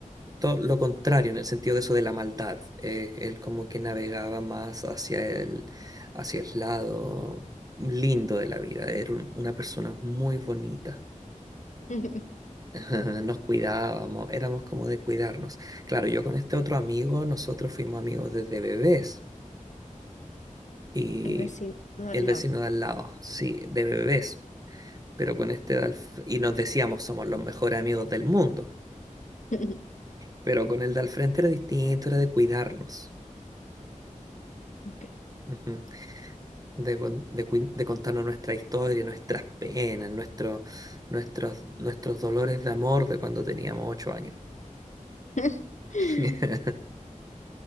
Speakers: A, on the right; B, on the left.
A: todo lo contrario en el sentido de eso de la maldad. Eh, él como que navegaba más hacia el, hacia el lado lindo de la vida. Era un- una persona muy bonita
B: <laughs>
A: <laughs> Nos cuidábamos, éramos como de cuidarnos. Claro, yo con este otro amigo, nosotros fuimos amigos desde bebés y
B: el vecino de al
A: el vecino
B: lado.
A: de al lado, sí, de bebés, pero con este de al f- y nos decíamos somos los mejores amigos del mundo,
B: <laughs>
A: pero con el de al frente era distinto, era de cuidarnos,
B: Ok.
A: ujú, De, con- de, cui- de contarnos nuestra historia, nuestras penas, nuestro- nuestros, nuestros dolores de amor de cuando teníamos ocho años.
B: <laughs>
A: <laughs>